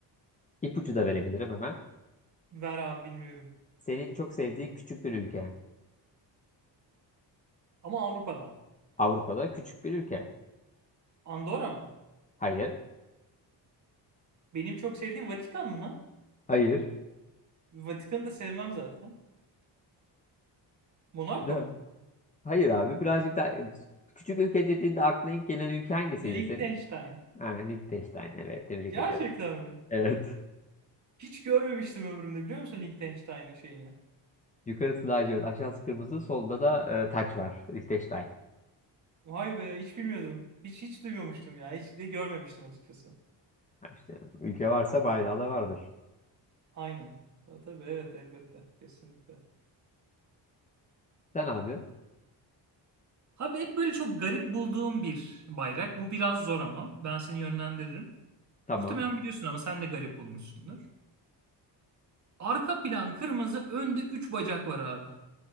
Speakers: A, on the left; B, on the right.
A: İpucu da verebilirim hemen.
B: Ver abi bilmiyorum.
A: Senin çok sevdiğin küçük bir ülke.
B: Ama Avrupa'dan.
A: Avrupa'da küçük bir ülke.
B: Andorra mı?
A: Hayır.
B: Benim çok sevdiğim Vatikan mı?
A: Hayır.
B: Vatikan'ı da sevmem zaten. Monaco
A: Da.
B: mu?
A: Hayır abi birazcık daha e, küçük ülke dediğinde aklına ilk gelen ülke hangisiydi
B: Liechtenstein.
A: senin? Ha, Liechtenstein. Evet, tebrik
B: Gerçekten
A: ediyorum.
B: mi?
A: Evet.
B: Hiç görmemiştim ömrümde biliyor musun Liechtenstein'in şeyini?
A: Yukarısı lacivert, aşağısı kırmızı, solda da e, taç var. Liechtenstein.
B: Vay be hiç bilmiyordum. Hiç hiç duymamıştım ya. Hiç de görmemiştim açıkçası.
A: Ha, işte ülke varsa bayrağı da vardır.
B: Aynen. Ta- Tabii evet elbette. Kesinlikle.
A: Sen abi.
B: Abi hep böyle çok garip bulduğum bir bayrak. Bu biraz zor ama ben seni yönlendiririm.
A: Tamam.
B: Muhtemelen biliyorsun ama sen de garip bulmuşsundur. Arka plan kırmızı, önde 3 bacak var abi.